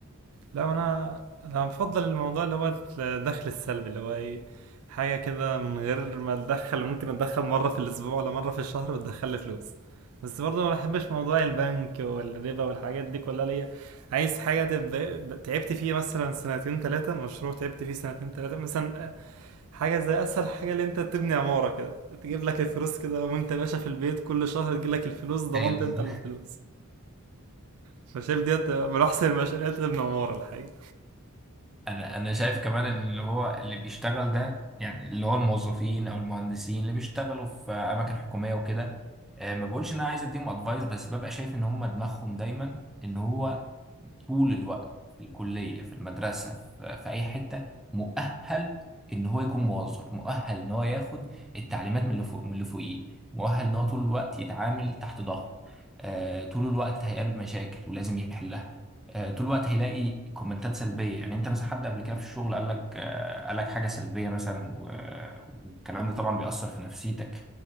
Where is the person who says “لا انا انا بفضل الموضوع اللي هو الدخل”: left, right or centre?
Right